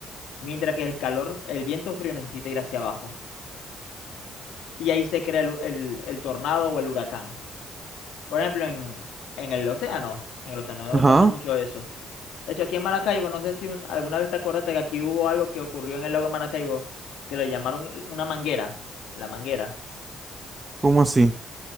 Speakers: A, on the left; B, on the right.
A: mientras que el calor, el viento frío necesita ir hacia abajo. Y ahí se crea el, hu- el- el tornado o el huracán. Por ejemplo, en, en el océano, en el océano
B: Ajá,
A: pasa mucho eso. De hecho, aquí en Maracaibo, no sé si un- alguna vez te acordaste que aquí hubo algo que ocurrió en el lago de Maracaibo, que lo llamaron una manguera, la manguera.
B: ¿cómo así?